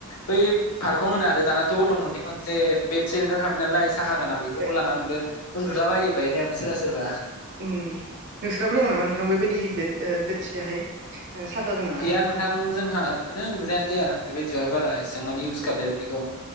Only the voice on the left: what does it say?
बै पार्कखौ होनो आरो दानाथ' अट'मेटिक मोनसे बे थेन ओंखारखाबाय नालाय साहा गाना बेफोरखौ
लानानैबो उन्दुलाबायो बायह्रायावनो सोरबा सोरबा
गैया नोंथां जोंहा बिदिनो उन्दुनायानो जाया बेबायदियावहाय बारा इसेबां माने इउस
खालाया बिदिखौ।